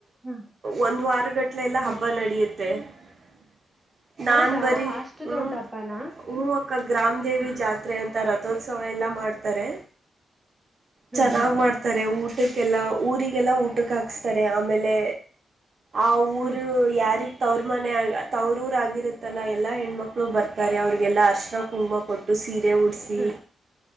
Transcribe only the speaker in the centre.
ಹ್ಮ್
ಹ್ಮ್
ಹೌದಾ
ಅಷ್ಟು
ದೊಡ್ಡ ಹಬ್ಬನಾ
ಹ್ಮ್
ಹ್ಮ್
ಹ್ಮ್
ಹ್ಮ್
ಹ್ಮ್